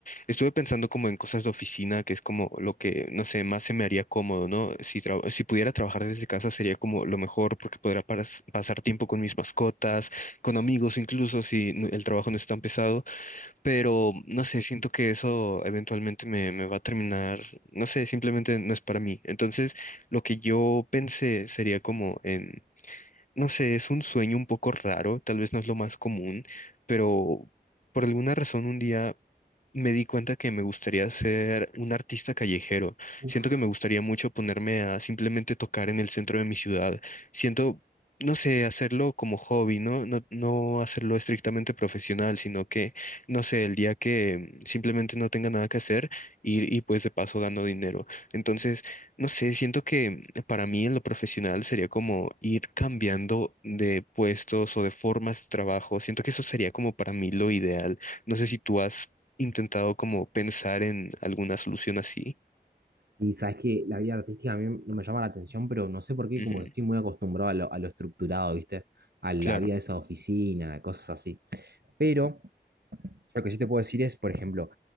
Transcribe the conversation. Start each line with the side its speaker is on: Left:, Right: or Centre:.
Left: Estuve pensando como en cosas de oficina, que es como lo que, no sé, más se me haría cómodo, ¿no? Si, tra- si pudiera trabajar desde casa sería como lo mejor porque podría paras- pasar tiempo con mis mascotas, con amigos, incluso si no- el trabajo no es tan pesado pero no sé, siento que eso eventualmente me, me va a terminar, no sé, simplemente no es para mí. Entonces, lo que yo pensé sería como en, no sé, es un sueño un poco raro, tal vez no es lo más común, pero por alguna razón un día me di cuenta que me gustaría ser un artista callejero.
Right: Uf.
Left: Siento que me gustaría mucho ponerme a simplemente tocar en el centro de mi ciudad. Siento, no sé, hacerlo como hobby, ¿no? No, no hacerlo estrictamente profesional, sino que, no sé, el día que simplemente no tenga nada que hacer y, y pues de paso gano dinero. Entonces, no sé, siento que para mí en lo profesional sería como ir cambiando de puestos o de formas de trabajo. Siento que eso sería como para mí lo ideal. No sé si tú has intentado como pensar en alguna solución así.
Right: Y sabes que la vida artística a mí no me llama la atención, pero no sé por qué,
Left: Ujú,
Right: como que estoy muy acostumbrado a lo, a lo estructurado, ¿viste? A la
Left: Claro.
Right: vida de esa oficina, cosas así. Pero lo que sí te puedo decir es, por ejemplo,